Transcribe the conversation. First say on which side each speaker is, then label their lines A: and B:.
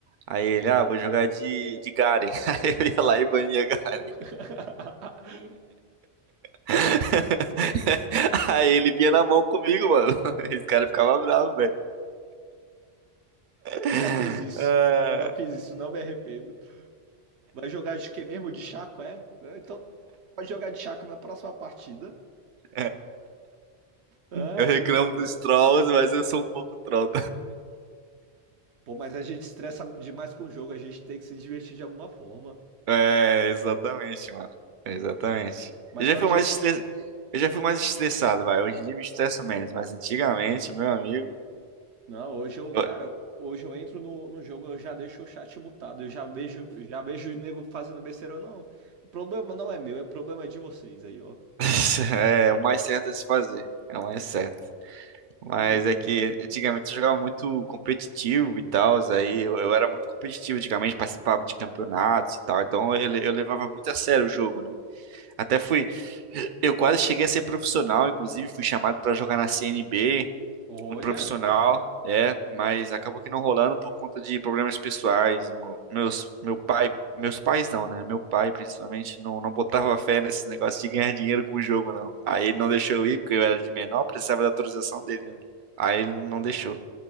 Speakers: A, on the right; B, on the right.
A: Aí ele, ah, vou jogar de, de Garen. <laughs> Aí eu ia lá e bania Garen.
B: <laughs>
A: <laughs> Aí ele vinha na mão comigo, mano. <laughs> Esse cara ficava bravo, velho. Ah,
B: Já fiz isso, já fiz isso, não me arrependo. Vai jogar de quê mesmo? De Chaco, é? Ah, Então pode jogar de Chaco na próxima partida.
A: é.
B: Ah,
A: Eu reclamo
B: é muito bom.
A: dos trolls, mas eu sou um pouco troll
B: Pô, mas a gente estressa demais com o jogo, a gente tem que se divertir de alguma forma.
A: É, exatamente, mano. Exatamente.
B: Mas
A: Eu já
B: só
A: fui
B: de.
A: mais estress... eu já fui mais estressado, vai. Hoje em dia me estresso menos, mas antigamente, meu amigo,
B: Não, hoje eu,
A: eu-
B: cara, hoje eu entro no, no jogo, eu já deixo o chat mutado, eu já vejo, já vejo o nego fazendo besteira. Eu, Não, o problema não é meu, é problema de vocês aí, ó.
A: <laughs> é o mais certo a se fazer. É o mais certo. Mas
B: Hum,
A: é que antigamente eu jogava muito competitivo e tal, aí eu, eu era muito competitivo antigamente, participava de campeonatos e tal, então eu, le- eu levava muito a sério o jogo, né? Até fui, eu quase cheguei a ser profissional, inclusive fui chamado pra jogar na CNB,
B: olha.
A: o profissional, é, mas acabou que não rolando por conta de problemas pessoais. Mo- Meus, meu pai, meus pais não, né? Meu pai, principalmente, não, não botava fé nesse negócio de ganhar dinheiro com o jogo, não. Aí ele não deixou eu ir, porque eu era de menor, precisava da autorização dele, né? Aí ele não
B: Ah,
A: deixou.